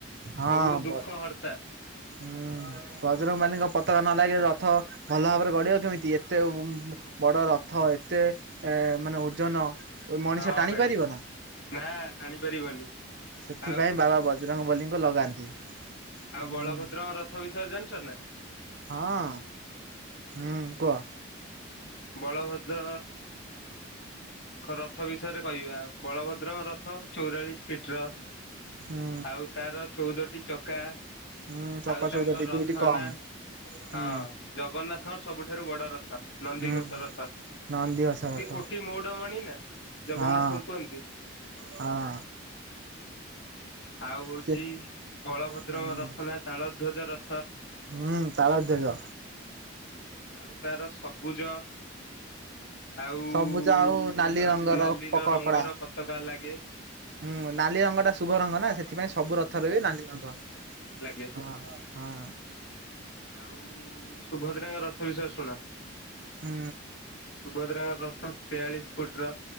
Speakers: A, on the right (about 55°); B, on the left (about 60°).
A: ହଁ
B: ସବୁ ଦୁଃଖ
A: ବ
B: ହର୍ତ୍ତା
A: ହୁଁ। ବଜରଙ୍ଗବାଲିଙ୍କ ପତାକା ନ ଲାଗିଲ ରଥ ଭଲ ଭାବରେ ଗଢଡ଼ିବ କେମିତି ଏତେ ବଡ଼ ରଥ ଏତେ ମାନେ ଓଜନ ମଣିଷ
B: ହଁ
A: ଟାଣି
B: ଭାଇ
A: ପାରିବ ନା
B: ନା ଟାଣି ପାରିବନି।
A: ସେଥିପାଇଁ
B: ଆଉ
A: ବାବା ବଜରଙ୍ଗ ବଲି ଲଗାନ୍ତି।
B: ଆଉ
A: ହୁଁ।
B: ବଳଭଦ୍ରଙ୍କ ରଥ ବିସର୍ଜନଛନ
A: ହଁ ହୁଁ କୁହ।
B: ବଳଭଦ୍ର ରଥ ବିଷୟରେ କହିବା ବଳଭଦ୍ର ରଥ ଚଉରାଳିଶ ଫିଟ ର।
A: ହୁଁ
B: ଆଉ ତାର ଚଉଦଟି ଚକା
A: ହୁଁ ଚକଚଉଦଟି
B: ଆଉ ତାଙ୍କ ରଥନା
A: ଦୁଇଟି କମ୍ ହୁଁ
B: ହଁ ଜଗନ୍ନାଥ ରଥର ସବୁଠାରୁ ବଡ ରଥ। ନନ୍ଦି
A: ହୁଁ
B: ଘୋଷରଥ
A: ନନ୍ଦିଘୋଷ ରଥ
B: ସିଏ କୋଟି ମଉଢମଣି ନା ଜଗନ୍ନାଥଙ୍କୁ
A: ହଁ
B: କୁହନ୍ତି।
A: ହଁ
B: ଆଉ ହଉଛି
A: ସେ
B: ବଳଭଦ୍ର
A: ହୁଁ
B: ରଥନା ତାଳ ଧ୍ୱଜର
A: ହୁଁ ତାଳଧ୍ୟୋଜ।
B: ଆଉ ତାର ସବୁଜ କ ଆଉ
A: ସବୁଜ ନାଲି ରଙ୍ଗର
B: ନାଲି
A: ପକପଡା
B: ର ରଙ୍ଗର ପତାକା ଲାଗେ <inaudible>
A: ହୁଁ ନାଲି ରଙ୍ଗଟା ଶୁଭ ରଙ୍ଗ ନା ସେଥିପାଇଁ ସବୁ ରଥରେ ବି ନାଲି ରଙ୍ଗ
B: ଲାଗେ
A: ହଁ ହଁ।
B: ଆଉ ସୁଭଦ୍ରାଙ୍କ ର ତ ବିିଶୟ ରେ ଶୁଣ।
A: ହୁଁ।
B: ସୁଭଦ୍ରା ରଥ ତେୟାଳିଶ ଫୁଟ ର।